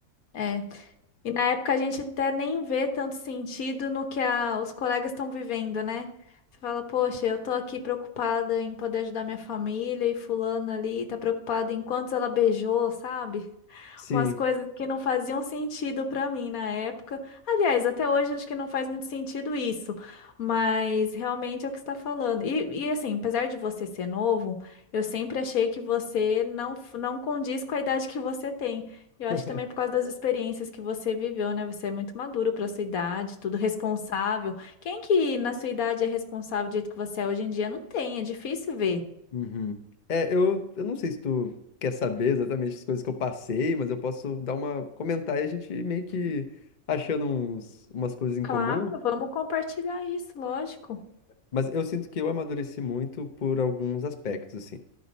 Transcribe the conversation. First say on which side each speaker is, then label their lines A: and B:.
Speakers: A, on the left (about 85°); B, on the left (about 40°).
A: É. E na época a gente até nem vê tanto sentido no que a- os colegas estão vivendo, né? Você fala, poxa, eu tô aqui preocupada em poder ajudar minha família e fulana ali tá preocupada em quantos ela beijou, sabe?
B: Sim.
A: Umas coisas que não faziam sentido pra mim na época. Aliás, até hoje acho que não faz muito sentido isso, mas realmente é o que você está falando. E, e, assim, apesar de você ser novo, eu sempre achei que você não, f- não condiz com a idade que você tem. Eu acho
B: <laughs>
A: que também é por causa das experiências que você viveu, né? Você é muito maduro para sua idade, tudo responsável. Quem que na sua idade é responsável do jeito que você é hoje em dia? Não tem, é difícil ver.
B: Uhum. É, eu, eu não sei se tu quer saber exatamente as coisas que eu passei, mas eu posso dar uma comentar e a gente meio que achando uns, umas coisas em
A: Claro,
B: comum.
A: vamos compartilhar isso, lógico.
B: Mas eu sinto que eu amadureci muito por alguns aspectos, assim.